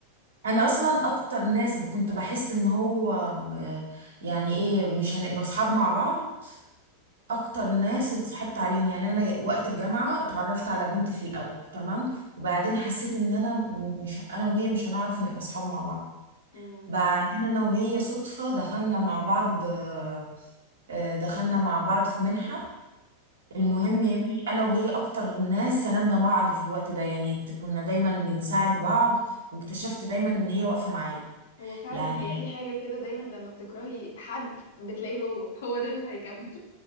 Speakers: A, on the right (about 60°); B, on the left (about 60°).
A: انا اصلا اكتر ناس ب- كنت بحس ان هو آه، يعني ايه مش هنبقى اصحاب مع بعض اكتر ناس اتصاحبت عليهم يعني انا وقت الجامعه اتعرفت على بنت في الاول تمام وبعدين حسيت ان انا م- مش انا وهي مش هنعرف نبقى اصحاب مع بعض
B: امم
A: بعدين انا وهي صدفه دخلنا مع بعض آه، آه، دخلنا مع بعض في منحه
B: اه
A: المهم يعني انا وهي اكتر ناس سندنا بعض في الوقت ده يعني كنا دايما بنساعد بعض واكتشفت دايما ان هي واقفه معايا
B: هو فعلا
A: يعني
B: هي في حاجة كده دايما لما بتكرهي حد بتلاقيه هو هو ده اللي هيكمل